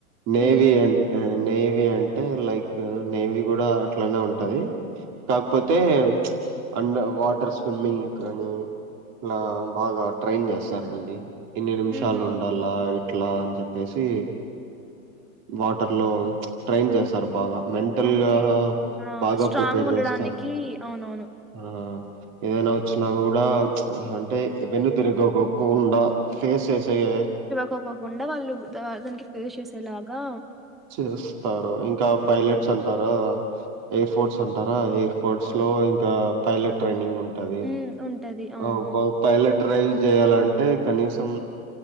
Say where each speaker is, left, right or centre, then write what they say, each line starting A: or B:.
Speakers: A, on the right; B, in the centre.
A: నేవి
B: హ్మ్.
A: అండ్ ఆన్ నేవీ అంటే లైక్ నేవీ గూడా అట్లానే ఉంటది. కాకపోతే అండ వాటర్ స్విమ్మింగ్ అని లా బాగా ట్రైన్ చేస్తారండి. ఎన్ని నిమిషాలు
B: హుహు.
A: ఉండాల్ల ఎ ట్లా అని చెప్పేసీ వాటర్ లో ట్రైన్ చేస్తారు బాగా మెంటల్లాహ
B: ఓకే. ఆ!
A: బాగా
B: స్ట్రాంగ్
A: ప్రిపేర్
B: ఉండడానికి
A: చేస్తారు
B: అవునవును.
A: ఆ ఏదైనా వచ్చినా గూడా అంటే ఇవన్ని దొరగకోకుండా ఫేస్ చేసేగే
B: కోకోకుండా వాళ్ళు దా దానికి ఫేస్ చేసేలాగా
A: చేస్తారు ఇంకా
B: హ్మ్.
A: పైలట్స్ అంటారా అ‌ ఎయిర్ ఫోర్ట్స్ అంటారా ఎయిర్ ఫోర్ట్స్ లో ఇంకా పైలట్ ట్రైనింగ్ ఉన్ టది
B: హ్మ్. ఉంటది. అవును.
A: ఆ ప పైలట్ డ్రైవ్ చేయాలంటే కనీసం